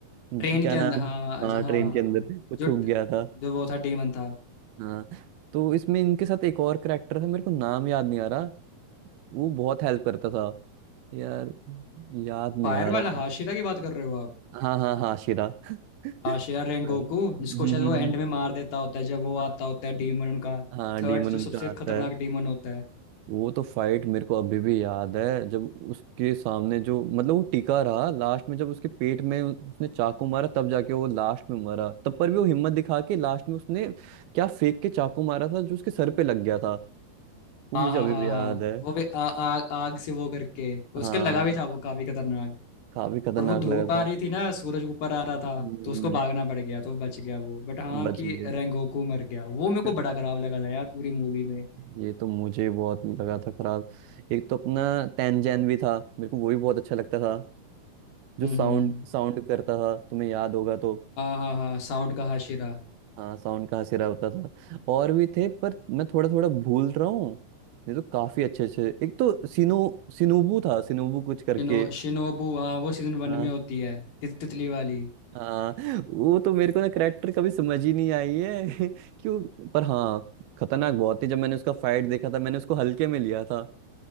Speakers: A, on the right (about 75°); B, on the left (about 70°).
A: क्या
B: ट्रेन के अंदर
A: नाम
B: हाँ अच्छा
A: हाँ
B: हाँ
A: ट्रेन
B: हाँ
A: के अंदर
B: हाँ।
A: वो
B: जो
A: छुप गया था
B: जो वो था डीमन था
A: हाँ तो इसमें इनके साथ एक और करेक्टर था मेरे को नाम याद नहीं आ रहा वो बहुत हेल्प करता था यार याद नहीं
B: फायर
A: आ
B: वाला
A: रहा
B: हाशिरा की बात कर रहे हो आप
A: हाँ हाँ हाँ शिरा <laughs> पर
B: हाशिरा रेंगोकू जिसको
A: हम्म, हम्म,
B: शायद वो
A: हम्म,
B: एंड में मार देता होता है जब वो
A: हाँ
B: आता होता है डीमन उनका
A: हाँ,
B: थर्ड
A: डीमन उनका
B: जो सबसे
A: आता
B: खतरनाक
A: है
B: डीमन होता है
A: वो तो फाइट मेरे को अभी भी याद है जब उसके सामने जो मतलब वो टिका रहा लास्ट में जब उसके पेट में उ- उसने चाकू मारा तब जाके वो लास्ट में मरा तब पर भी वो हिम्मत दिखा के लास्ट में उसने क्या फेंक के चाकू मारा था जो उसके सर पे लग गया था वो
B: हाँ
A: मुझे
B: हाँ
A: अभी
B: हाँ
A: भी
B: हाँ
A: याद है
B: वो भी आ, आ, आग से वो करके उसके
A: हाँ
B: लगा भी था वो काफी खतरनाक
A: काफी खतरनाक
B: पर वो धूप
A: लगा
B: आ
A: था
B: रही थी ना सूरज ऊपर आ रहा था
A: हम्म,
B: तो उसको भागना पड़ गया तो बच गया वो बट हाँ
A: बच
B: कि
A: गया
B: रेंगोकू मर गया वो मेरे को
A: <laughs>
B: बड़ा खराब लगा था यार पूरी मूवी में
A: ये तो मुझे बहुत लगा था खराब एक तो अपना तैनजैन भी था मेरे को वो भी बहुत अच्छा लगता था जो
B: हम्म
A: साउंड
B: हम्म।
A: साउंड करता था तुम्हें याद होगा तो।
B: हाँ हाँ हाँ साउंड का हाशिरा
A: हाँ साउंड का हसीरा होता था और भी थे पर मैं थोड़ा थोड़ा भूल रहा हूँ ये तो काफी अच्छे अच्छे एक तो सिनु सिनुबू था सिनुबू कुछ करके
B: शिनो शिनोबू हाँ वो सीजन वन
A: हाँ
B: में होती है ति, तितली वाली
A: हाँ वो तो मेरे को ना करेक्टर कभी समझ ही नहीं आई है <laughs> क्यों पर हाँ खतरनाक बहुत थी जब मैंने उसका फाइट देखा था मैंने उसको हल्के में लिया था